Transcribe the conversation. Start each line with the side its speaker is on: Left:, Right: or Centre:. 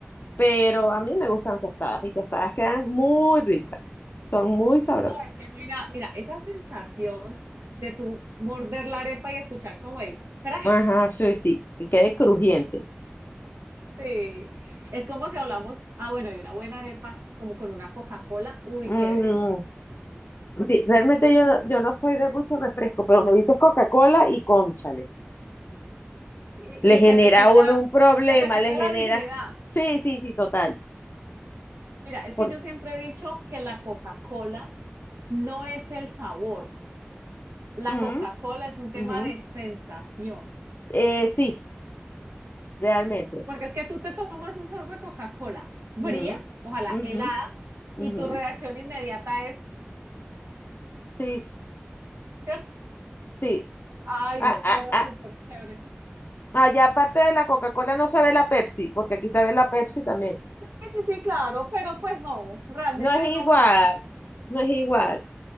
Left: pero a mí me gustan tostadas y tostadas quedan muy ricas, son muy sabrosas.
Right: No, es que no hay nada. Mira, esa sensación de tú morder la arepa y escuchar como el crash
Left: Ajá, sí, sí, y quede crujiente.
Right: de- Es como si hablamos, ah, bueno, y una buena arepa, como con una Coca-Cola. Uy,
Left: Mm,
Right: qué deli.
Left: Sí, Realmente yo no, yo no soy de mucho refresco, pero me dices Coca-Cola y cónchale.
Right: Y,
Left: Le
Right: y
Left: genera
Right: se te quita,
Left: a uno un problema,
Right: se te quita
Left: le genera.
Right: la dignidad.
Left: Sí, sí, sí, total.
Right: Mira, es
Left: Por...
Right: que yo siempre he dicho que la Coca-Cola no es el sabor. La
Left: Mm,
Right: Coca-Cola es un tema
Left: ujú.
Right: de sensación.
Left: Eh, sí, realmente.
Right: Porque es que tú te tomas un sorbo de Coca-Cola fría,
Left: Mm,
Right: ojalá
Left: ujú,
Right: helada,
Left: ujú.
Right: y tu reacción inmediata es.
Left: Sí,
Right: ¿cierto?
Left: sí.
Right: Ay,
Left: Ah,
Right: no,
Left: ah,
Right: pero
Left: ah.
Right: súper chévere.
Left: Allá aparte de la Coca-Cola no se ve la Pepsi, porque aquí se ve la Pepsi también.
Right: Sí, sí, sí, claro, pero pues no, realmente
Left: No es
Right: no
Left: igual,
Right: son,
Left: no es igual.
Right: no, no, no,